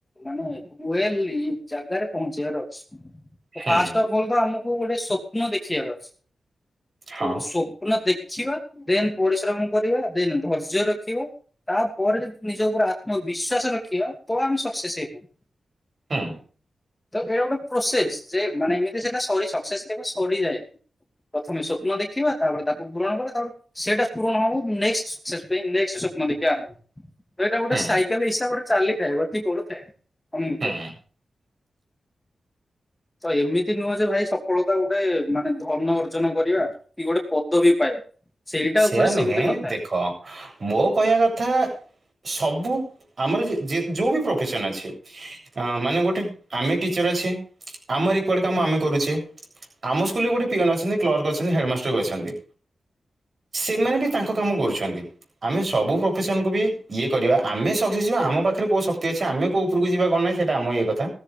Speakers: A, on the left; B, on the right.
A: ମାନେ ୱେଲ ଜାଗାରେ ପହଞ୍ଚେଇବାର ଅଛି।
B: ହୁଁ,
A: ଫାଷ୍ଟ ଅଫ୍ ଫୁଲ୍ ତ ଆମକୁ ଗୋଟେ ସ୍ୱପ୍ନ ଦେଖିବାର ଅଛି।
B: ହଁ,
A: ଗୋଟେ ସପ୍ନ ଦେଖିବା ଦେନ ପରିଶ୍ରମ କରିବା ଦେନ ଧୈର୍ଯ୍ୟ ରଖିବା। ତାପରେ ଯଦି ନିଜ ଉପରେ ଆତ୍ମବିଶ୍ୱାସ ରଖିବା ତ ଆମେ ସକ୍ସେସ୍ ହେଇପା
B: ହୁଁ।
A: ତ ଏଇଟା ଗୋଟେ ପ୍ରୋସେସ ଯେ ମାନେ ଏମିତି ସେଟା ସରି ସକ୍ସେସ୍‌ ପାଇବା ସଡ଼ିଯାଏ। ପ୍ରଥମେ ସ୍ୱପ୍ନ ଦେଖିବା ତାପରେ ତାକୁ ପୂରଣ କରିବା ତାପରେ ସେଇଟା ପୂରଣ ହଉ ହଉ ନେକ୍ସଟ ସକ୍ସେସ ପାଇଁ ନେକ୍ସଟ ସ୍ବପ୍ନ ଦେଖିବା ଆରମ୍ଭ ତ ଏଇଟା ଗୋଟେ
B: ହୁଁ,
A: ସାଇକେଲ ହିସାବ ଗୋଟେ ଚାଲିଥାଏ ଗତି କଡୁଥାଏ। ଅମିମିତ
B: ହୁଁ।
A: ଏମିତି ନୁହଁ ଯେ ଭାଇ ସଫଳତା ଗୋଟେ ମାନେ ଧନ ଅର୍ଜନ କରିବା କି ଗୋଟେ ପଦବୀ ପାଏ। ସେଇଟା
B: ସେୟା
A: ଉପରେ
B: ନୁହେଁ
A: ସୀମିତ ନଥାଏ।
B: ଦେଖ ମୋ କହିବା କଥା ସବୁ ଆମର ଯେ-ଯେ ଯୋଉ ବି ପ୍ରଫେସନ ଅଛି। ମାନେ ଗୋଟେ ଆମେ ଟିଚର ଅଛେ ଆମରି କୋଡେ କାମ ଆମେ କରୁଚେ। ଆମ ସ୍କୁଲରେ ଗୋଟେ ପିଅନ ଅଛନ୍ତି କ୍ଲର୍କ ଅଛନ୍ତି ହେଡମାଷ୍ଟର ବି ଅଛନ୍ତି। ସେମାନେ ବି ତାଙ୍କ କାମ କରୁଚନ୍ତି। ଆମେ ସବୁ ପ୍ରଫେସନକୁୁ ବି ଇଏ କରିବା ଆମେ ସକ୍ସେସ ଯିବା ଆମ ପାଖେରେ କୋଉ ଶକ୍ତି ଅଛି ଆମେ କୋଉ ପୁରୁକୁ ଯିବା କଣ ନାହିଁ ସେଇଟା ଆମ ଇଏ କଥା